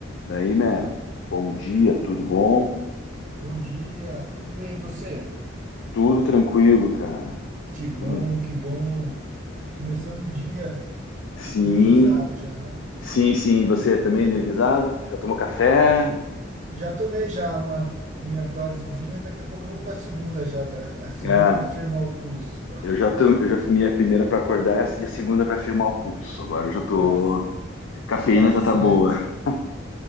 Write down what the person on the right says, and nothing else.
Bom dia, tudo bem e você?
Que bom,
que bom. Começando o dia
energizado já, né?
Já tomei já uma minha dosezinha, daqui a pouco eu vou para a segunda já, da- a segunda
para firmar o pulso. <laughs>
Tá,
tá certo.